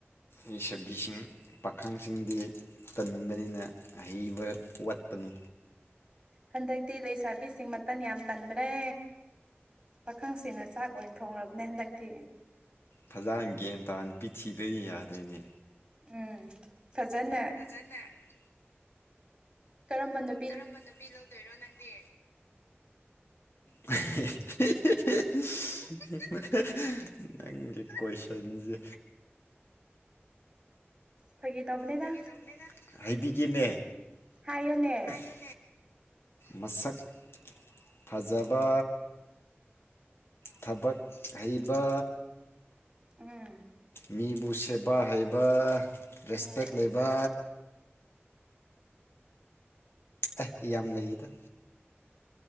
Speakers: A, on the left; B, on the right.
A: ꯂꯩꯁꯕꯤꯁꯤꯡ ꯄꯥꯈꯪꯁꯤꯡꯗꯤ ꯇꯟꯕꯅꯤꯅ ꯍꯩꯕ ꯋꯥꯠꯄꯅꯤ
B: ꯍꯟꯗꯛꯇꯤ ꯂꯩꯁꯥꯕꯤꯁꯤꯡ ꯃꯇꯟ ꯌꯥꯝ ꯇꯟꯕꯅꯦ ꯄꯥꯈꯪꯁꯤꯅ ꯆꯥꯛ ꯑꯣꯏꯅ ꯊꯣꯡꯔꯕꯅꯦ ꯍꯟꯗꯛꯇꯤ
A: ꯐꯖꯍꯟꯒꯦ ꯗꯥꯟ ꯅꯨꯄꯤ ꯊꯤꯗ ꯌꯥꯗꯔꯦꯅꯦ
B: ꯑꯥ ꯐꯖꯅ
A: <unintelligible>
B: ꯀꯔꯝꯕꯅꯣ
A: ꯀꯔꯝꯕ ꯅꯨꯄꯤ ꯂꯧꯗꯣꯏꯔꯣ ꯅꯪꯗꯤ <unintelligible> ꯅꯪꯒꯤ ꯀꯣꯏꯁꯟꯁꯦ
B: ꯐꯥꯒꯤ ꯇꯧꯕꯅꯤꯗ
A: ꯐꯒꯤ ꯇꯧꯕꯅꯦꯗ ꯍꯥꯏꯕꯤꯒꯦꯅꯦ
B: ꯍꯥꯏꯌꯨꯅꯦ
A: ꯍꯥꯏꯌꯣ ꯃꯁꯛ ꯐꯖꯕ ꯊꯕꯛ ꯍꯩꯕꯥ
B: ꯎꯝ
A: ꯃꯤꯕꯨ ꯁꯦꯠꯄ ꯍꯩꯕ ꯔꯦꯁꯄꯦꯛ
B: ꯎꯝ
A: ꯂꯩꯕ ꯑꯦ ꯌꯥꯝ ꯂꯩꯗ